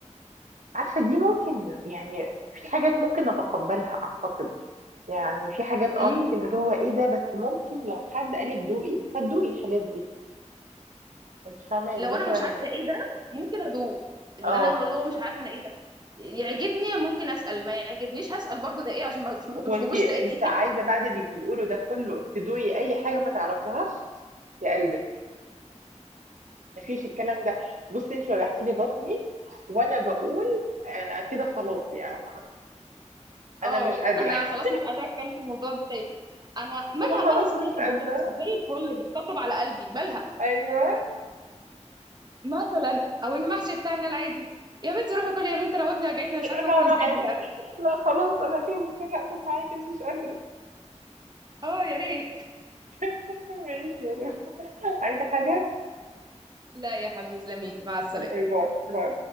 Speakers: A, on the right; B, on the right.
A: عارفه دي ممكن يعني في حاجات ممكن نتقبلها اعتقد يعني في حاجات اه
B: مم.
A: ممكن اللي هو ايه ده بس ممكن لو حد قالك دوقي هتدوقي الحاجات دي انت فاهمه يعني
B: لو
A: مثلا
B: انا مش عارفة ايه ده ممكن ادوق ان
A: اه
B: انا هقول له مش عارفة انا ايه ده يعجبني ممكن اسأل ما يعجبنيش هسأل برضو ده ايه عشان ما <laughs> ما
A: هو
B: اطلبوش
A: انت انت
B: تاني
A: عايزه بعد اللي بنقوله ده كله تدوقي اي حاجه ما تعرفيهاش يا قلبك مفيش الكلام ده بصي انت وجعتي لي بطني وانا بقول آه كده خلاص يعني انا
B: اه
A: مش قادره
B: انا خلاص
A: <laughs>
B: مش قادره اتكلم في الموضوع ده تاني انا مالها
A: انا خلاص
B: مالها صينيه
A: مش
B: البطاطس
A: قادره
B: زي الفل بتطبطب على قلبي مالها
A: ايوه
B: مثلا او المحشي بتاعنا العادي يا بنتي روحي كلي يا بنتي انا بطني وجعتني أنا مش عارفه
A: انا
B: اكل
A: هروح
B: ازاي
A: ايه
B: دلوقتي
A: لا خلاص انا كده مضطره اقفل معاكي انا مش قادره
B: اه يا ريت
A: <laughs> ماشي يا رب. عايزه حاجه
B: لا يا حبيبتي تسلمي لي مع السلامه
A: باي باي باي